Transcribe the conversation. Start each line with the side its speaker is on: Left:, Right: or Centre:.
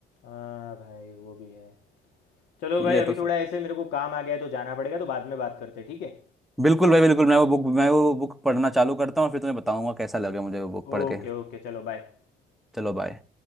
Left: हाँ भाई वो भी है चलो
Centre: ये
Left: भाई अभी
Centre: तो
Left: थोड़ा ऐसे मेरे को काम आ गया है तो जाना पड़ेगा तो बाद में बात करते हैं ठीक है
Centre: बिल्कुल भाई बिल्कुल मैं वो बुक मैं वो बुक पढ़ना चालू करता हूँ और फिर तुम्हें बताऊंगा कैसा लगे मुझे वो बुक पढ़
Left: ओके
Centre: के
Left: ओके चलो बाय
Centre: चलो बाय